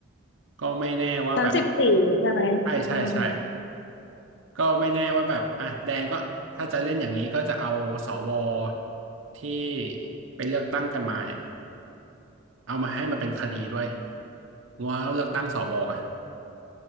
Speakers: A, on the right; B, on the left.
A: ก็ไม่แน่ว่าแบบ
B: สามสิบสี่ใช่ไหมอืม
A: ใช่ใช่ใช่ก็ไม่แน่ว่าแบบอ่ะแดงก็ถ้าจะเล่นอย่างนี้ก็จะเอาสวที่ไปเลือกตั้งกันมาเนี่ยเอามาให้มาเป็นคดีด้วยว่าเลือกตั้งสวอ่ะ